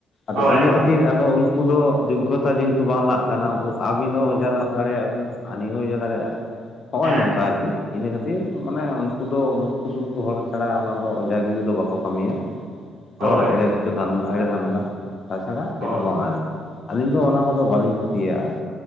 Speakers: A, on the left; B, on the right.
A: ᱟᱫᱚ
B: ᱦᱳᱭ
A: ᱤᱱᱟᱹ
B: ᱦᱳᱭ
A: ᱠᱷᱟᱹᱛᱤᱨ ᱟᱫᱚ ᱩᱱ -ᱠᱩ ᱫᱚ ᱡᱳᱜᱽᱜᱚᱛᱟ ᱡᱮᱦᱮᱛᱩ ᱵᱟᱝ ᱞᱟᱜ ᱠᱟᱱᱟ ᱟᱹᱵᱤᱱ ᱦᱚᱸ ᱚᱡᱷᱟ ᱫᱟᱲᱮᱭᱟᱜ ᱟᱵᱤᱱ᱾ ᱟᱹᱞᱤᱧ ᱦᱚᱸ ᱚᱡᱷᱟ ᱫᱟᱲᱮᱭᱟᱜᱼᱟ᱾ ᱱᱚᱜᱼᱚᱭ
B: ᱦᱮᱸ
A: ᱱᱚᱝᱠᱟ ᱟᱨᱠᱤ ᱤᱱᱟᱹ ᱠᱷᱟᱹᱛᱤᱨ ᱢᱟᱱᱮ ᱩᱱᱠᱩ ᱫᱚ ᱢᱩᱠᱠᱩᱥᱩᱠᱠᱩ ᱦᱚᱲ ᱪᱷᱟᱲᱟ ᱚᱱᱟ ᱫᱚ ᱚᱡᱷᱟ ᱜᱤᱨᱤ ᱫᱚ ᱵᱟᱠᱚ ᱠᱟᱹᱢᱤᱭᱟ,
B: ᱦᱳᱭ
A: ᱦᱚᱲ ᱮᱲᱮ ᱦᱚᱪᱚ ᱫᱷᱟᱱᱫᱟ ᱮᱲᱮ ᱫᱷᱟᱱᱫᱟ᱾ ᱛᱟᱪᱷᱟᱲᱟ ᱪᱮᱫ
B: ᱦᱳᱭ
A: ᱦᱚᱸ ᱵᱟᱝ ᱟᱹᱨᱠᱤ, ᱟᱹᱞᱤᱧ ᱫᱚ ᱚᱱᱟ ᱠᱚᱫᱚ ᱵᱟᱹᱞᱤᱧ ᱯᱤᱛᱤᱭᱟᱹᱜ-ᱟ᱾